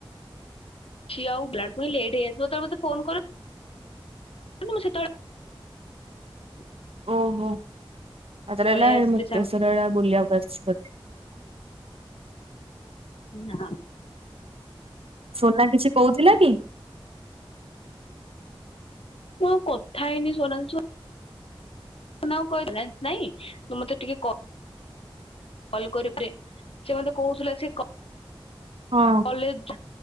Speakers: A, on the left; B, on the right.
A: <unintelligible> ଲେଟ୍ ହେଇ ତୁ ଯେତେବେଳେ ମୋତେ ଫୋନ କଲୁ <unintelligible> ମୁଁ ସେତେବେଳେ
B: ଓହୋ <unintelligible>
A: ପଳେଇ
B: ଲାଗିଲା
A: ଆସିଲି
B: ମୁକ୍ତେଶ୍ୱର ଆଡେ ବୁଲିଆକୁ ଆସିବ
A: ନାଁ।
B: ସୋନା କିଛି କହୁଥିଲା କି?
A: ମୁଁ ଆଉ କଥା ହେଇନି ସୋନାଲି ସ ସୋନାକୁ କହିଲି ବାଲାନ୍ସ ନାଇଁ ତୁ ମତେ ଟିକେ କ କଲ୍ କରିବୁ ବେ ସେ ମୋତେ କହୁଥିଲା ସେ କ
B: ହଁ
A: କଲେଜ